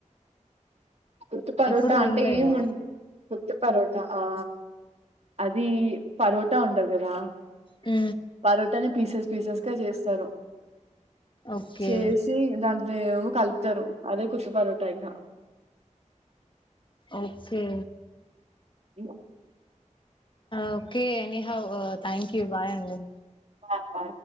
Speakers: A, on the right (about 55°); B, on the left (about 40°).
A: కుత్తు పరోట
B: ఎప్పుడు వినలేదు
A: అంటే ఏంఉ కుత్తు పరోట ఆ అది పరోటా ఉంటది కదా
B: అ
A: పరోటాని పీసెస్ పీసెస్ గా చేస్తారు
B: ఓకే
A: చేేసి దాన్ని అదే కలుపుతారు అదే కుర్ష్ పరోటా అయిపా
B: okay
A: uh
B: okay any have thank you bye అండి
A: ఆ